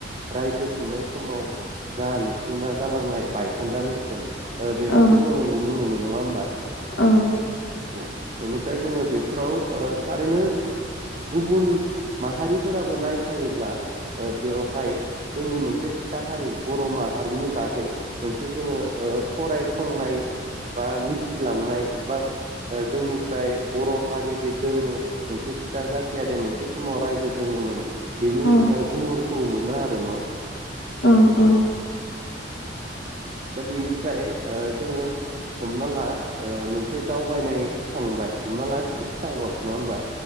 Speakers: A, on the right; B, on the left.
A: रायजो खुंनाय समाव जा लुफुंना गालांनाय बायखोन्दा नेर्सोन। ओ बेफोरखौ
B: औ
A: जोङो नुनो मोनो नङा होमबा?
B: औ
A: औ। बेनिफ्राय जोङो बेफोराव ओ थारैनो गुबुन माहारि फोराबो नायफायोब्ला ओ बेवहाय जोंनि मोनसे खिथाहारि बर' माहारिनि बागै मोनसे जोङो ओ फरायसंनाय बा मिथिलांनाय बा ओ जोंनिफ्राय बर' हारिदि दोङो मोनसे फिसा जाथिआदि मोनसे समाव रायजो जो दोङोमोन बेनि
B: औ
A: ओ गुमुरखौ मोनो आरो न'?
B: औ औ।
A: <inaudible> दा बेनिफ्राय ओ जोङो हमना ला ओ मोनसे दावबायनाय थांबाय हमना ला शिबसागर नङा होमबा?